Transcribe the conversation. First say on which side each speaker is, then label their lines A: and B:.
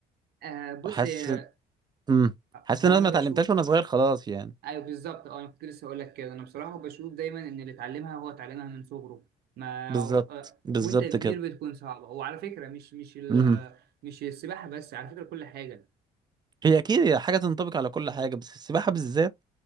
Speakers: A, on the right; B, on the right.
A: آه بص
B: حاسس
A: هي-
B: امم حاسس
A: هو
B: ان انا
A: انا
B: ما
A: بشوف
B: اتعلمتهاش وانا صغير خلاص يعني
A: ايوه بالظبط اه انا كنت لسه هقول لك كده انا بصراحه بشوف دايما ان اللي اتعلمها هو اتعلمها من صغره ما
B: بالظبط
A: آه،
B: بالظبط
A: وانت كبير بتكون صعبه وعلى فكره مش مش ال
B: كده
A: مش السباحه بس على فكره كل حاجه
B: هي اكيد هي حاجه تنطبق على كل حاجه بس السباحه بالذات